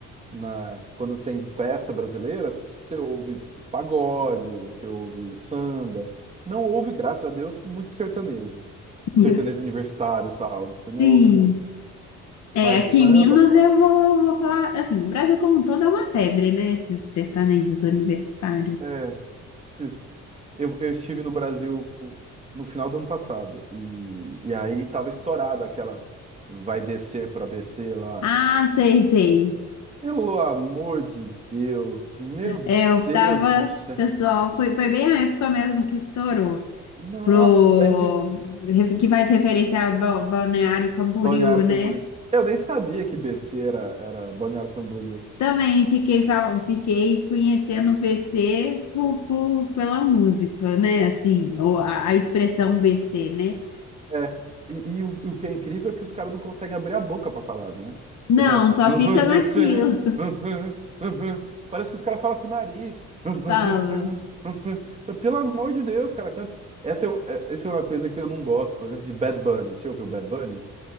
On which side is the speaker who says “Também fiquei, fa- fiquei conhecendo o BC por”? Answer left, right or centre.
Left